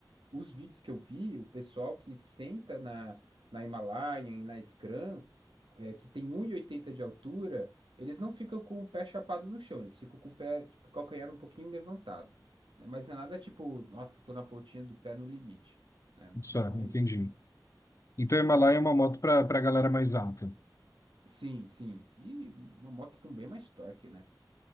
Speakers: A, on the right; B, on the left.
A: os vídeos que eu vi, o pessoal que senta na, na Himalaia e na Scrum, é, que tem 1,80 de altura, eles não ficam com o pé chapado no chão, eles ficam com o pé, tipo, calcanhar um pouquinho levantado, né? Mas não é nada tipo, nossa, tô na pontinha do pé no limite, né? Não
B: só, entendi.
A: não é isso.
B: Então, a Himalaia é uma moto para para galera mais alta.
A: Sim, sim. E uma moto com bem mais torque, né?